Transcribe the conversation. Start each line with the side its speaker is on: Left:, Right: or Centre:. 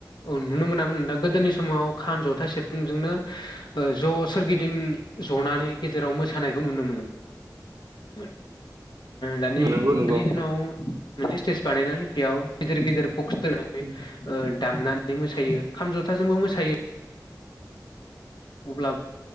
Left: औ नुनो मोनामोन नोंदां। गोदोनि समाव खाम जथाइ सेरफुंजोंनो ओ ज' सोरगिदिं जनानै गेजेराव मो। मोसानायखौ नुनो मोनो। ओ दानि
Right: उम नंगौ नंगौ
Left: दानि दिनाव मोनसे स्टेज बानायनानै। बेयाव गिदिर गिदिर बक्स दोननानै
Right: उम
Left: ओ दामनानै मोसायो खाम जथाजोंबो मोसायो। अब्लाब